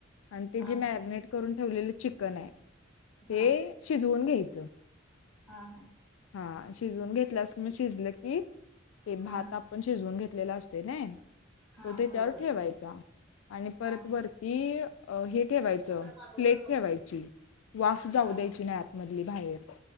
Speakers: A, on the left; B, in the centre.
A: आणि ते
B: हा
A: जी
B: हा
A: मॅगनेट करून ठेवलेलं चिकन आहे
B: हा
A: ते शिजवून घ्यायचं.
B: आ हा!
A: हा शिजवून घेतल्यास की मी शिजलं की ते
B: हा
A: भात
B: हा हा
A: आप पण शिजवून घेतलेला असतोय न्हाय
B: हा
A: तो तेच्यावर
B: होय
A: ठेवायचा. आणि परत
B: हा हा
A: वरती अ हे ठेवायचं
B: दादा पाठवलेला
A: प्लेट
B: का
A: ठेवायची
B: फोटो
A: वाफ जाऊ
B: हा
A: द्यायची नाही आतमधली बाहेर.